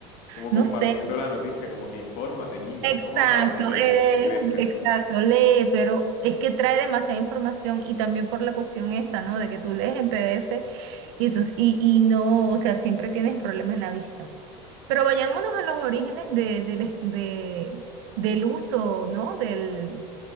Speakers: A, on the left; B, on the right.
A: Como
B: no
A: compartiendo
B: sé.
A: la noticia, como que infórmate, niña,
B: Exacto,
A: toma para que leas
B: eh,
A: y crezcas.
B: exacto, lee, pero es que trae demasiada información y también por la cuestión esa, ¿no? De que tú lees en PDF y, entonces, y, y no, o sea, siempre tienes problemas en la vista. Pero vayámonos a los orígenes de, del es- de- del uso, ¿no? Del,